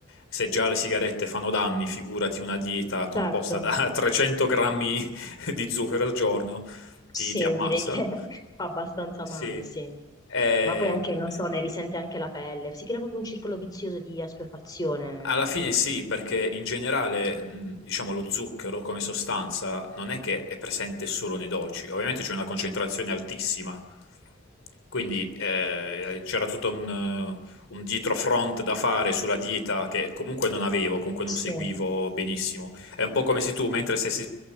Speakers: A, on the left; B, on the left.
A: se già le sigarette fanno danni, figurati una dieta composta
B: Certo,
A: da <laughs> 300 grammi di zucchero al giorno,
B: Sì,
A: ti ti ammazza.
B: direi che <laughs> fa abbastanza
A: Sì,
B: male, sì.
A: Eh,
B: Ma poi anche, non so, ne risente anche la pelle. Si crea proprio un circolo vizioso di assuefazione.
A: alla fine sì, perché in generale, mh, diciamo, lo zucchero come sostanza non è che è presente solo nei dolci, ovviamente c'è una concentrazione altissima, quindi eh, c'era tutto un, eh, un dietrofront da fare sulla dieta che comunque non avevo, comunque
B: sì.
A: non seguivo benissimo. È un po' come se tu, mentre stessi